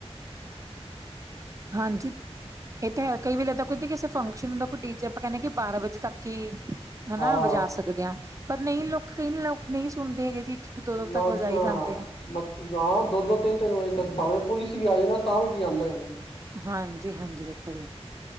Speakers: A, on the left (about 60°); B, on the right (about 30°).
A: <inaudible>
B: ਹਾਂਜੀ। ਇਹ ਤਾਂ ਹੈ, ਕਈ ਵੇਲੇ ਇੱਦਾਂ ਕੋਈ ਕਿਸੇ ਫੰਕਸ਼ਨ ਹੁੰਦਾ, ਕੋਈ ਡੀ ਜੇ ਆਪਾਂ ਕਹਿੰਦੇ ਕਿ ਬਾਰਾਂ ਵਜੇ ਤੱਕ ਹੀ ਹਨਾ
A: ਹਾਂ
B: ਵਜਾ ਸਕਦੇ ਹਾਂ, ਪਰ ਨਹੀਂ ਲੋਕ, ਕਈ ਲੋਕ ਨਹੀਂ ਸੁਣਦੇ ਹੈਗੇ ਜੀ। ਇੱਕ, ਦੋ ਦੋ,
A: ਨਾ
B: ਤੱਕ ਵਜਾਈ
A: ਜੀ ਨਾ
B: ਜਾਂਦੇ ਆ।
A: ਮਤ ਹਾਂ, ਦੋ ਦੋ, ਤਿੰਨ ਤਿੰਨ, ਵਜੇ ਤੱਕ ਭਾਵੇਂ ਪੁਲਿਸ ਵੀ ਆ ਜਾਏ ਨਾ, ਤਾਂ ਵੀ ਵਜਾਂਦੇ ਰਹਿੰਦੇ।
B: ਹਾਂਜੀ ਹਾਂਜੀ, ਦੇਖੋ ਜੀ।